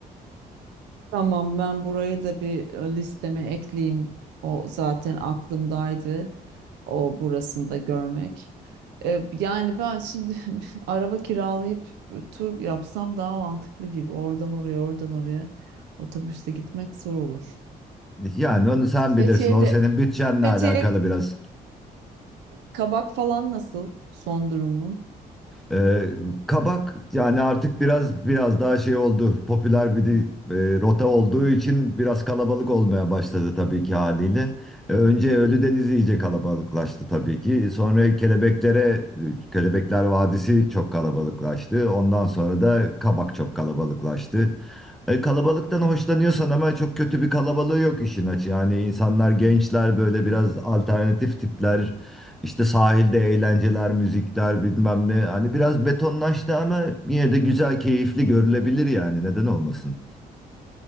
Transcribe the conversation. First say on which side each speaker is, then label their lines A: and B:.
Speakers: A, on the right; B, in the centre.
A: Tamam ben burayı da bir e, listeme ekleyeyim. O zaten aklımdaydı. o burasında görmek. E, yani ben şimdi <laughs> araba kiralayıp e, tur yapsam daha mantıklı gibi. Oradan oraya, oradan oraya otobüste gitmek zor olur.
B: Yani
A: Evet.
B: onu sen bilirsin.
A: Fethiye'de
B: O senin bütçenle
A: Fethiye
B: alakalı biraz.
A: Kabak falan nasıl son durumu?
B: Ee, kabak yani artık biraz biraz daha şey oldu. Popüler bir de- e, rota olduğu için biraz kalabalık olmaya başladı tabii ki haliyle. Ee, önce Ölüdeniz iyice kalabalıklaştı tabii ki. Sonra Kelebeklere Kelebekler Vadisi çok kalabalıklaştı. Ondan sonra da kabak çok kalabalıklaştı. E, kalabalıktan hoşlanıyorsan ama çok kötü bir kalabalığı yok işin açığı. Yani insanlar gençler böyle biraz alternatif tipler İşte sahilde eğlenceler, müzikler bilmem ne. Hani biraz betonlaştı ama yine de güzel, keyifli görülebilir yani. Neden olmasın?